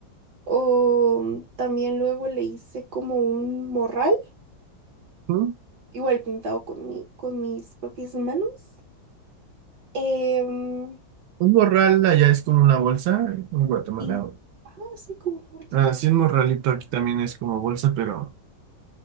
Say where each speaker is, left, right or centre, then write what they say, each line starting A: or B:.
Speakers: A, on the right (about 60°); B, on the right (about 75°).
A: O también luego le hice como un morral,
B: ¿Mm?
A: igual pintado con mi, con mis propias manos. Em,
B: Un morral allá es como una bolsa, en Guatemala.
A: y,
B: o-
A: ajá, sí, como una bolsa.
B: Así un morralito aquí también es como bolsa, pero...